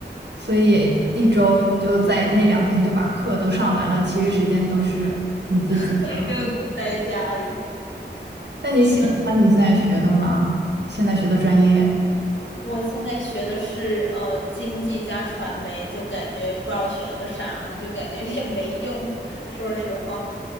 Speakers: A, on the right; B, on the left.
A: 所以也一周就在那两天就把课都上完了，
B: 嗯，
A: 其余时间都是你自己的。
B: <laughs> 对，就待家里。
A: 那你喜欢你现在学的吗？
B: 你们？
A: 现在学的专业？
B: 我现在学的是呃经济加传媒，就感觉不知道学了个啥，就感觉也没用。<laughs> 说实话，